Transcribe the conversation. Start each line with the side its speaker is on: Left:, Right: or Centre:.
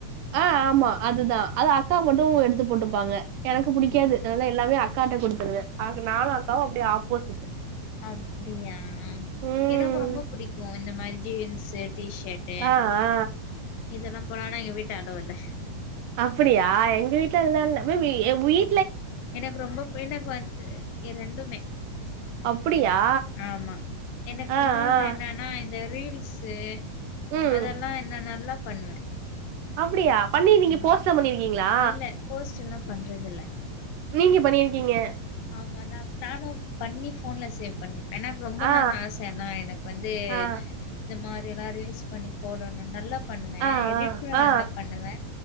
Right: ஆ ஆமா அதுதா அது அக்கா மட்டு எடுத்து போட்டுப்பாங்க எனக்கு புடிக்காது
Left: ம்
Right: அதனால எல்லாமே அக்காட்ட குடுத்துருவே ஆக நானு அக்காவு அப்டியே ஆப்போசிட்டு
Left: அப்டியா
Right: ம்
Left: எனக்கு ரொம்ப புடிக்கு இந்த மாரி ஜீன்ஸு டிஷர்ட் டு
Right: ஆ ஆ
Left: இதுன போறன எங்க வீட்டாண்டவுட்ல்ல
Right: அப்படியா எங்க வீட்ல அதலா இல்ல மே பி எ உயி
Left: எனக்கு ரொம்ப எனக்கு வந்து ரெண்டுமே
Right: அப்டியா
Left: ஆமா எனக்கு
Right: ஆ
Left: இன்னொன்னு
Right: ஆ
Left: என்னன்னா இந்த ரீல்ஸ் ஸு
Right: ம்
Left: அதெல்லா என்ன நல்லா பண்ணுவே
Right: அப்படியா பண்ணி நீங்க
Left: ஆமா
Right: போஸ்ட்லா பண்ணிருக்கீங்ளா
Left: இல்ல போஸ்ட் எல்லா பண்றது இல்ல
Right: நீங்க பண்ணிருக்கீங்க
Left: ஆமா நா நானு பண்ணி ஃபோன்ல சேவ் பண்ணே எனக்கு ரொம்ப
Right: ஆ
Left: நாள் ஆச என்ன எனக்கு வந்து
Right: ஆ
Left: இந்த மாரி எல்லா ரீல்ஸ் பண்ணி போடணுன் நல்லா பண்ணுவே
Right: ஆ ஆ
Left: எடிட் கூட
Right: ஆ ஆ
Left: நல்லா பண்ணுவே